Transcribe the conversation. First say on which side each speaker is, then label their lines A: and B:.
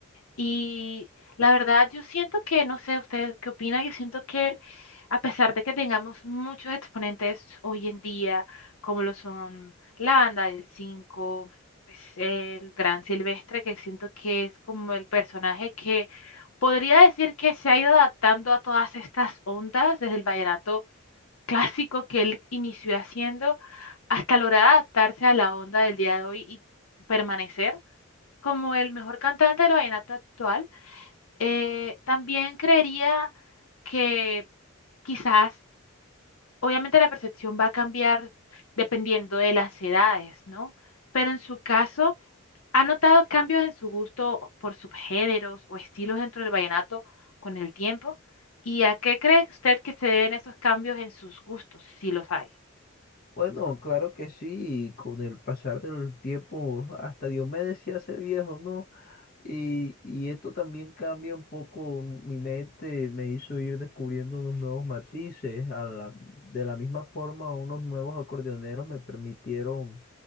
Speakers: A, on the left (about 85°); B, on the left (about 45°).
A: Y la verdad, yo siento que, no sé, ustedes qué opinan, yo siento que a pesar de que tengamos muchos exponentes hoy en día, como lo son la banda del cinco pues, el Gran Silvestre, que siento que es como el personaje que podría decir que se ha ido adaptando a todas estas ondas, desde el vallenato clásico que él inició haciendo, hasta lograr adaptarse a la onda del día de hoy y permanecer como el mejor cantante del vallenato actual. Eh, también creería que quizás, obviamente la percepción va a cambiar dependiendo de las edades, ¿no? Pero en su caso, ¿ha notado cambios en su gusto por subgéneros o estilos dentro del vallenato con el tiempo? ¿Y a qué cree usted que se deben esos cambios en sus gustos, si los hay?
B: Bueno, claro que sí, y con el pasar del tiempo hasta Diomedes se hace viejo, ¿no? Y, y esto también cambia un poco mi mente, me hizo ir descubriendo unos nuevos matices. A la- de la misma forma, unos nuevos acordeoneros me permitieron